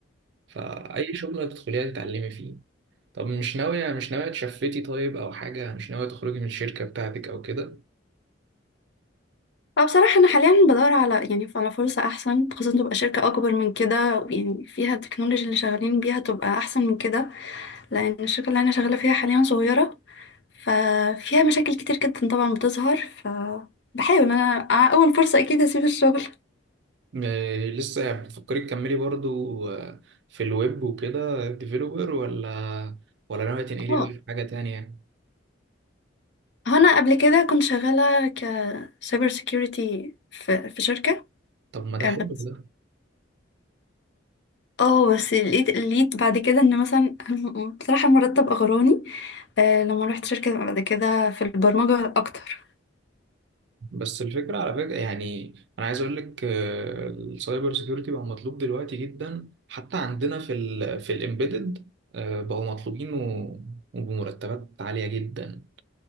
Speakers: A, on the right (about 60°); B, on the left (about 60°).
A: فاي شغل هتدخليها تتعلمي فيه طب مش ناوية مش ناوية تشفتي طيب أو حاجة مش ناوية تخرجي من الشركة بتاعتك أو كده
B: فبصراحة أنا حاليا بدور على يعني على فرصة أحسن خاصة تبقى شركة أكبر من كده ويعني فيها التكنولوجيا اللي شغالين بيها تبقى أحسن من كده لأن الشركة اللي أنا شغالة فيها حاليا صغيرة ففيها مشاكل كتير جدا طبعا بتظهر فبحاول أنا على أول فرصة أكيد هسيب الشغل
A: م- لسه بتفكري تكملي برضو آه، في الويب وكده ديفيلوبر ولا ولا ناوية تنقلي
B: اه
A: بقى في حاجة تانية
B: هنا قبل كده كنت شغالة كسايبر سيكيورتي في في شركة
A: طب ما ده
B: آه،
A: حلو
B: بس
A: ده
B: اه بس لقيت لقيت بعد كده ان مثلا <laughs> بصراحة المرتب اغراني آه لما رحت شركة بعد كده في البرمجة اكتر
A: بس الفكرة على فكرة يعني أنا عايز أقول لك آه، السايبر سيكيورتي بقى مطلوب دلوقتي جدا حتى عندنا في ال في الإمبيدد بقوا مطلوبين و- وبمرتبات عالية جدا